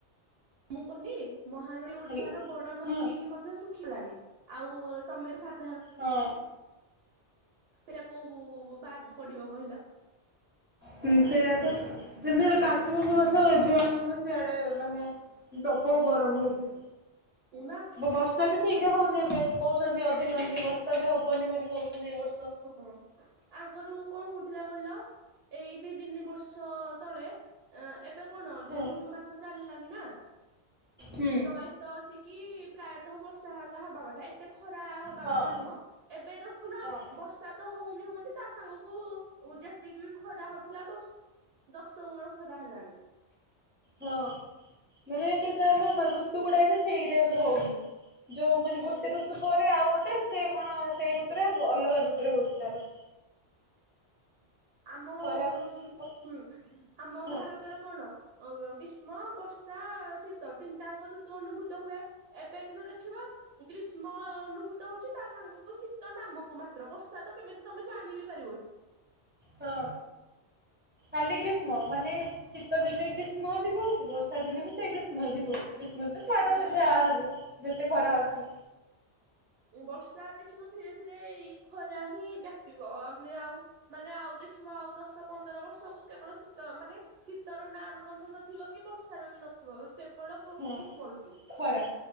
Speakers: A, on the right (about 65°); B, on the right (about 15°).
A: ମୁଁ କହିଲି ମହାନଦୀ ଓଡିଶାର
B: ହ୍ୟାଲୋ
A: ବଡ ନଦୀ
B: ହଁ
A: ହେଇକି ମଧ୍ୟ ସୁଖ୍ ଖିଲାଣି ଆଉ ତମର
B: ହଁ।
A: ସେଟା କୋଉ ବାଦ୍ ପଡିବ କହିଲ?
B: ହଁ ସେୟା ପା ଯେମିତି ହେଲେ କାଟୁଛନ୍ତି ଗଛ ଯୁଆଡେ ମାନେ ସିଆଡେ ମାନେ ପ୍ରବଳ ଗରମ ହଉଛି।
A: ବା
B: ବର୍ଷା ବି ଠିକ ରେ ହଉନି ଏବେ କହୁଛନ୍ତି ଅଧିକାଂଶ ବର୍ଷା ହବନି ବୋଲି କହୁଛନ୍ତି ଏ ବର୍ଷ।
A: ହଁ ଆଗରୁ କଣ ହଉଥିଲା କହିଲ? ଏଇ ଦି ତିନି ବର୍ଷ ତଳେ ଏ ଏବେ କଣ
B: ହଁ
A: ଜୁନ ମାସ ଚାଲିଲଣି ନା।
B: ହୁଁ।
A: ତ ଏତ ଆସିକି ପ୍ରାୟତଃ ବର୍ଷା ହବା କଥା ଏତେ ଖରା ହବା
B: ହଁ
A: କଥା ନୁହଁ, ଏବେ ଦେଖୁନ?
B: ହଁ
A: ସା ତ ହଉନି ହଉନି ତା ସାଙ୍ଗକୁ ଯେତିକି ବି ଖରା ହଉଥିଲା ଦସ୍ ଦଶ ଗୁଣ ଖରା ହେଲାଣି।
B: ହଁ ମାନେ ଏବେ ତାର ମାନେ ଋତୁ ଗୁଡା ବି ଠିକ ରେ ଏବେ ହଉନି। ଯୋଉ ମାନେ
A: ହୁଁ
B: ଗୋଟେ ଋତୁ ପରେ ଆଉ ଗୋଟେ ମେ ସେ କଣ ସେଇ ଋତୁରେ ହବ ଅଲଗା ଋତୁରେ ହଉଛି ତାର।
A: ଆମ
B: ଖରା
A: ଉନ୍ମ
B: ହଁ
A: ହୁଁ ଆମ
B: ହଁ
A: ଭାରତରେ କଣ? ଆଁ ଗ ଗ୍ରୀଷ୍ମ, ବର୍ଷା, ଶୀତ ତିନିଟା ଆଙ୍କ ଋତୁ ଅନୁଭୂତ ହୁଏ। ଏବେ କିନ୍ତୁ ଦେଖିବା ଗ୍ରୀଷ୍ମ ଅନୁହ ଶୀତ ହଉଛି ତା ସାଙ୍ଗକୁ ଶୀତ ନାମକୁ ମାତ୍ର ବର୍ଷା ତ କେମିତି ତମେ ଜାଣିବି ପାରିବନି।
B: ହଁ। ଖାଲି ଗ୍ରୀଷ୍ମ ମାନେ ଶୀତ ଦିନେ ଗ୍ରୀଷ୍ମ ବି କହୁଛି ବର୍ଷା ଦିନେ ବି ସେ ଗ୍ରୀଷ୍ମ ବି କହୁଛି। ଗ୍ରୀଷ୍ମ ତ ଛାଡ
A: ହୁଁ
B: ଯାହା ହବ ଯେତେ ଖରା ହଉଛି।
A: ବର୍ଷା ଦେଖିବ ଧୀରେ ଧୀରେ ଏଇ ଖରା ହିଁ ବ୍ୟାପିବ ଆମେ ଆଉ ମାନେ ଆଉ ଦେଖିବା ଆଉ ଦଶ ପନ୍ଦର ବର୍ଷକୁ କେବଳ ଶୀତ ମାନେ ଶୀତର ନା ଗନ୍ଧ ନଥିବ କି ବର୍ଷାର ବି। ନଥିବ କେବଳ ଗ୍ରୀଷ୍ମ
B: ହଁ।
A: ଋତୁ।
B: ଖରା